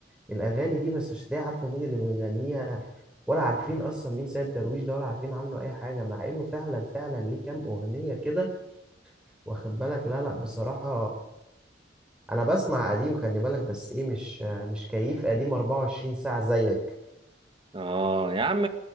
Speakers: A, in the centre; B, on the right.
A: الاغاني دي بس مش هتلاقيها عارفه مين اللي بيغنيها ولا عارفين اصلا مين سيد درويش ده ولا عارفين عنه اي حاجه مع انه فعلا فعلا ليه كام اغنيه كده واخد بالك لا لا بصراحه انا بسمع قديم خلي بالك بس ايه مش مش كيف قديم 24 ساعه زيك
B: اه يا عم